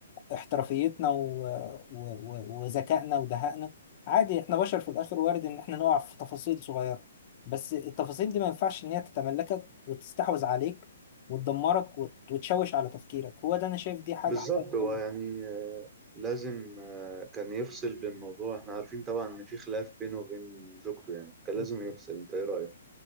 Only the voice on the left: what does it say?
احترافيتنا و... و... و... وذكائنا ودهائنا عادي احنا بشر في الاخر وارد ان احنا نقع في تفاصيل صغيرة بس التفاصيل دي ما ينفعش ان هي تتملكك وتستحوذ عليك وتدمرك وت... وتشوش على تفكيرك هو ده انا شايف دي حاجة
حصلت
برضه
في-